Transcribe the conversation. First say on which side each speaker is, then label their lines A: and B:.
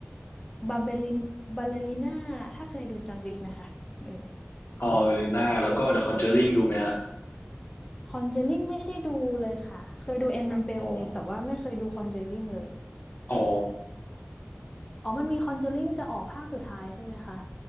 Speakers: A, on the left; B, on the left.
A: บาเบลินบาเลริน่าถ้าเคยดูจอห์นวิกนะคะเออ
B: ออเวลิน่าแล้วก็ The Conjuring ดูไหมฮะ
A: คอนเจลิ่งไม่ได้ดูเลยค่ะเคยดูแอนนาเบลแต่ว่าไม่เคยดูคอนเจลิ่งเลย
B: อ๋ออ๋อ
A: อ๋อมันมีคอนเจอริงจะออกภาคสุดท้ายใช่ไหมคะ